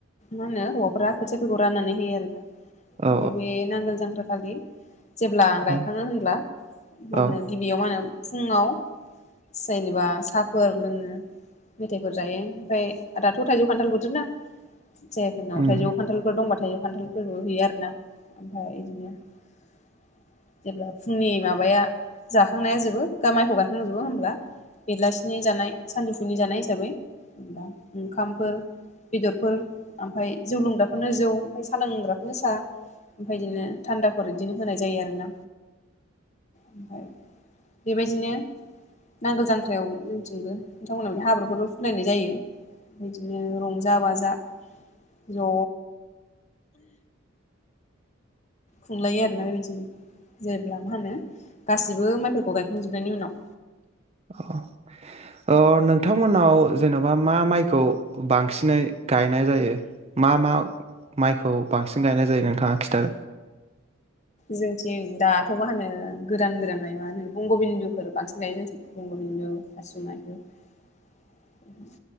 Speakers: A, on the left (about 35°); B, on the right (about 30°).
A: मा होनो हौवाफोरा खोथियाखौ राननानै होयो आरो ना ओमफ्राय
B: औ
A: बे नांगोल जांग्रा खालि जेब्ला गायखाङो
B: औ
A: होनब्ला मा
B: औ
A: होनो गिबियाव मा होनो फुङाव जेनेबा साहाफोर लोङो मेथायाइफोर जायो ओमफाय दाथ' थाइजौ खान्थाल बोथोरना? जायफोरनाव
B: उम
A: थाइजौ खान्थालफोर दंबा थाइ खान्थालफोरबो हैयो आरोना ओमफ्राय बिदिनो जेब्ला फुंनि माबाया जाखांनायाजोबो बा माइखौ गायखांजोबो अब्ला बेलासिनि जानाय सानजफुनि जानाय हिसाबै जेनबा ओंखामफोर बेदरफोर। ओमफफ्राय जौ लोंग्राखौनो जौ ओमफ्राय साहा लोंग्राफोरनो साहा ओमफाय बिदिनो। थान्दाफोर इदिनो होनाय जायो आरोना ओमफफ्राय बेबायदिनो नांगोल जांख्रायाव जोंथिंबो नोंथांमोनहा बदि हाब्रुफोरबो फुलायनाय जायोओम बिदिनो रंजा बाजा ज' खुंलायो आरोना बेबायदिनो जेब्ला मा होनो गासिबो माइफोरखौ गायखांजोबनायनि उनाव।
B: अ अ नोंथांमोननाव जेन'बा मा माइखौ बांसिनै गायनाय जायो मा मा माइखौ बांसिन गायनाय जायो नोंथाङा खिथा?
A: जोंथिं दाथ' मा होनो गोदान गोदान मा होनो बंगबिन्दुफोर बांसिन गायो जोंथिं बंगबिन्दु आसु मायफोर।